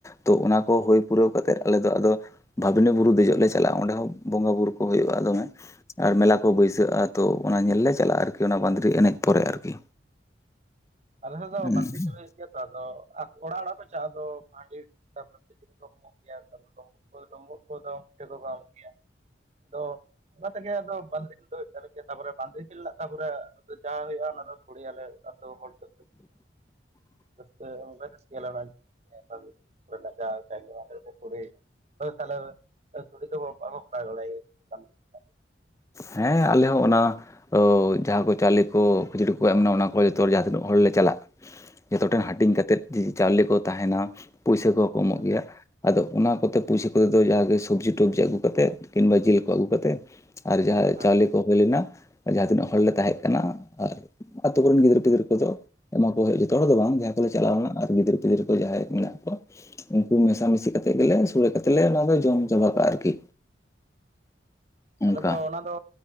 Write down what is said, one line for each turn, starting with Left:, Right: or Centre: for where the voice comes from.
Left: ᱛᱚ ᱚᱱᱟ ᱠᱚ ᱦᱳᱭ ᱯᱩᱨᱟᱹᱣ ᱠᱟᱛᱮᱫ ᱟᱞᱮ ᱫᱚ ᱟᱫᱚ ᱵᱷᱟᱵᱽᱱᱤ ᱵᱩᱨᱩ ᱫᱮᱡᱚᱜ ᱞᱮ ᱪᱟᱞᱟᱜᱼᱟ ᱚᱸᱰᱮ ᱦᱚᱸ ᱵᱚᱸᱜᱟᱼᱵᱩᱨᱩ ᱠᱚ ᱦᱳᱭᱳᱜᱼᱟ ᱫᱚᱢᱮ ᱟᱨ ᱢᱮᱞᱟ ᱠᱚ ᱵᱟᱹᱭᱥᱟᱹᱜᱼᱟ ᱛᱚ ᱚᱱᱟ ᱧᱮᱞ ᱞᱮ ᱪᱟᱞᱟᱜᱼᱟ ᱟᱨᱠᱤ ᱚᱱᱟ ᱵᱟᱸᱫᱽᱨᱤ ᱮᱱᱮᱡ ᱯᱚᱨᱮ ᱟᱨᱠᱤ
Right: ᱟᱞᱮ ᱦᱚᱸ ᱫᱟᱫᱟ
Left: ᱦᱩᱸ
Right: ᱵᱟᱸᱫᱽᱨᱤ ᱫᱚ ᱞᱮ <unintelligible> ᱴᱤᱠ ᱜᱮᱭᱟ ᱛᱚ ᱟᱫᱚ ᱚᱲᱟᱜ ᱚᱲᱟᱜ ᱯᱮ ᱪᱟᱜ ᱟᱛᱚ ᱦᱟᱺᱰᱤ ᱡᱤᱱ ᱠᱚᱢᱚᱜ ᱜᱮᱭᱟ ᱛᱚ <unintelligible> ᱰᱩᱢᱵᱩᱜ ᱠᱚ ᱰᱩᱢᱵᱩᱜ ᱠᱚᱫᱚ ᱛᱮ ᱠᱚ ᱜᱮᱭᱟ ᱟᱫᱚ <unintelligible> ᱚᱱᱟ ᱛᱮᱜᱮ ᱟᱫᱚ ᱵᱚᱱᱤᱞ <inaudible> ᱛᱟᱯᱚᱨᱮ ᱵᱟᱸᱫᱮ ᱠᱷᱮᱞ ᱛᱟᱯᱚᱨᱮ ᱡᱟᱦᱟᱸ ᱦᱩᱭᱩᱜᱼᱟ ᱚᱱᱟ ᱫᱚ ᱥᱩᱲᱮ ᱟᱞᱮ ᱟᱹᱛᱩ ᱦᱚᱲ ᱫᱚ
Left: <inaudible>
Right: <unintelligible> <unintelligible> ᱠᱷᱮᱞ ᱨᱮᱱᱟᱜ ᱫᱚ᱾
Left: ᱦᱮᱸ ᱟᱞᱮ ᱦᱚᱸ ᱚᱱᱟ ᱚ ᱡᱟᱦᱟᱸ ᱠᱚ ᱪᱟᱣᱞᱮ ᱠᱚ ᱠᱷᱟᱹᱡᱟᱹᱲᱤ ᱠᱚ ᱮᱢ ᱮᱱᱟ ᱚᱱᱟ ᱠᱚ ᱡᱚᱛᱚ ᱡᱟᱦᱟᱸ ᱛᱤᱱᱟᱹᱜ ᱦᱚᱲ ᱞᱮ ᱪᱟᱞᱟᱜ ᱡᱷᱚᱛᱚ ᱴᱷᱮᱱ
Right: ᱦᱮᱸ
Left: ᱦᱟᱹᱴᱤᱧ ᱠᱟᱛᱮᱫ ᱡᱩᱫᱤ ᱪᱟᱣᱞᱮ ᱠᱚ ᱛᱟᱦᱮᱸᱱᱟ ᱯᱩᱭᱥᱟᱹ ᱠᱚᱦᱚᱸ ᱠᱚ ᱮᱢᱚᱜ
Right: ᱦᱮᱸ
Left: ᱜᱮᱭᱟ ᱟᱫᱚ ᱚᱱᱟ ᱠᱚᱛᱮ
Right: ᱦᱮᱸ
Left: ᱯᱩᱭᱥᱟᱹ ᱠᱚᱛᱮ ᱫᱚ, ᱡᱟᱦᱟᱜᱮ ᱥᱚᱵᱽᱡᱤ ᱴᱚᱵᱡᱤ ᱟᱹᱜᱩ ᱠᱟᱛᱮᱜ, ᱠᱤᱝᱵᱟ ᱡᱤᱞ ᱠᱚ ᱟᱹᱜᱩ ᱠᱟᱛᱮ, ᱟᱨ ᱡᱟᱦᱟᱸ
Right: ᱦᱮᱸ
Left: ᱪᱟᱣᱞᱮ
Right: ᱦᱮᱸ
Left: ᱠᱚ ᱦᱩᱭ ᱞᱮᱱᱟ ᱟᱨ ᱡᱟᱦᱟᱸ ᱛᱤᱱᱟᱹᱜ ᱦᱚᱲ ᱞᱮ ᱛᱟᱦᱮᱸᱜ ᱠᱟᱱᱟ ᱟᱨ ᱟᱛᱳ ᱠᱚ ᱨᱮᱱ ᱜᱤᱫᱽᱨᱟᱹ ᱜᱤᱫᱽᱨᱟᱹ ᱠᱚ ᱫᱚ ᱮᱢᱟ ᱠᱚ ᱦᱩᱭᱩᱜᱼᱟ ᱡᱚᱛᱚ ᱦᱚᱲ ᱫᱚ ᱵᱟᱝ ᱡᱟᱦᱟᱸ ᱠᱚ ᱞᱮ ᱪᱟᱞᱟᱣ ᱞᱮᱱᱟ ᱟᱨ ᱜᱤᱫᱽᱨᱟᱹ ᱯᱤᱫᱽᱟᱹᱨᱟᱹ ᱠᱚ ᱡᱟᱦᱟᱸᱭ ᱠᱚ ᱢᱮᱱᱟᱜ ᱠᱚᱣᱟ ᱩᱱᱠᱩ ᱢᱮᱥᱟ ᱢᱤᱥᱤ ᱠᱟᱛᱮᱫ ᱜᱮ ᱞᱮ ᱥᱳᱲᱮ ᱠᱟᱛᱮ ᱞᱮ ᱚᱱᱟ ᱫᱚ ᱡᱚᱢ ᱪᱟᱵᱟ ᱠᱟᱜᱼᱟ ᱟᱨᱠᱤ ᱚᱱᱠᱟ
Right: ᱟᱞᱮ ᱫᱚ ᱚᱱᱟ ᱫᱚ,